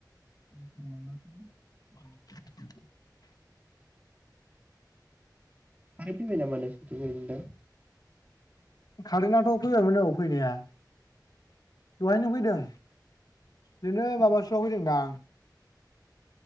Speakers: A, on the right; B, on the left.
A: <unintelligible>
B: <inaudible>
A: खारें फैबाय नामा नोंसोनिथि ओरैनो दा?
B: खारेनाथ' फैबायमोन औ फैनाया दहायनो फैदों बिदिनो माबासोआव फैदोंदां।